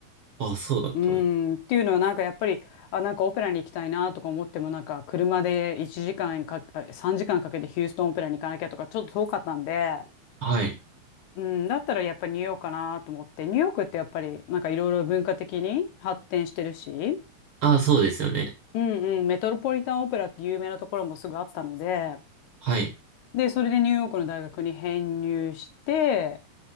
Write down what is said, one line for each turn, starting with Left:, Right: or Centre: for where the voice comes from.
Right: ああ、そうだったね。
Left: うーん、っていうのはなんかやっぱり、あ、なんかオペラに行きたいなとか思っても、なんか車で1時間かんか、あ3時間かんかけてヒューストンオペラに行かなきゃとか、ちょっと遠かったんで、
Right: はい。
Left: うん、だったらやっぱりニューヨークかなと思って、ニューヨークってやっぱりなんかいろいろ文化的に発展してるし、
Right: ああ、そうですよね。
Left: うんうん、メトロポリタンオペラって有名なところもすぐあったので、
Right: はい。
Left: で、それでニューヨークの大学に編入して、